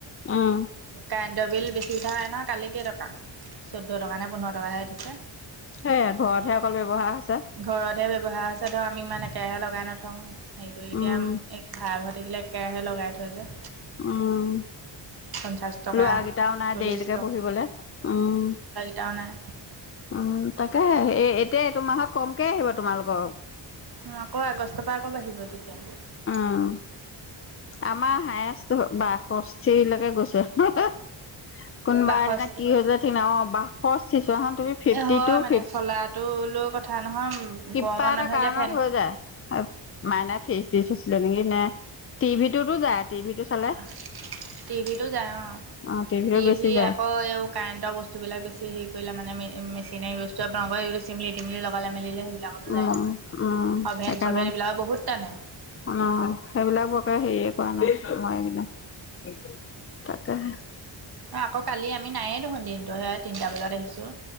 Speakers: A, on the left; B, on the right.
A: উম
B: কাৰেণ্টৰ বিল বেছি উঠা নাই নহয় কালি কেইটকা চৈধ্য টকা নে পোন্ধৰ টকাহে উঠিছে
A: সেইয়া ঘৰতহে অকল ব্যৱহাৰ হৈছে
B: ঘৰতহে ব্যৱহাৰ হৈছে ধৰক আমি ইমান একেৰাহে লগাই নথওঁ, হেৰি কৰি এতিয়া
A: উম
B: ভাড়া ঘৰ থাকিলে একেৰাহে লগাই থৈ যে
A: উম,
B: পঞ্চাছ টকা
A: লোৱা কিটাও নাই
B: চল্লিছ
A: দেৰিলৈকে পঢ়িবলে, উম।
B: টা নাই,
A: উম তাকেহে, এই এতিয়া এইটো মাহত কমকে আহিব তোমালোকৰ
B: আকৌ আগষ্টৰ পৰা আকৌ বাঢ়িব তেতিয়া আকৌ
A: উম। আমাৰ হায়েষ্ট টো বাষষ্ঠিলৈকে গৈছে, হেহে। কোনোবা
B: বাষষ্ঠি
A: এদিনা কি হৈ যায় ঠিক নাই, অ বাষষ্ঠি চোৱাচোন তুমি ফিফটি
B: এই হয়
A: টু
B: মানে
A: ফিফ
B: চলাটোলৈও কথা নহয়
A: কিবা
B: গৰমত মানুহে
A: এটা কাৰণত
B: এতিয়া ফেন
A: হৈ যায়। মাইনাই ফ্ৰিজ দি থৈছিলে নেকি নে টিভিটোতো যায়। টিভিটো চালে
B: আহ, টিভিটো যায় অঁ,
A: অ টিভিটোত
B: টিভি
A: বেছি যায়
B: আকৌ এই কাৰেণ্টৰ বস্তুবিলাক বেছি হেৰি কৰিলে মানে মেচিনেৰী বস্তু আপোনালোকৰ এইটো চিমলি তিমলি লগালে মেলিলে বিলাকতো
A: উম
B: যাই নহয়,
A: উম
B: অভেন
A: সেইকাৰণে
B: চভেন এইবিলাকো বহুত টানে
A: অ, সেইবিলাক বৰকে হেৰিয়ে কৰা নাই মই কিনে তাকেহে,
B: এ আকৌ কালি আমি নায়ে দেখোন দিনতো সেয়া তিনটা বজাত আহিছোঁ।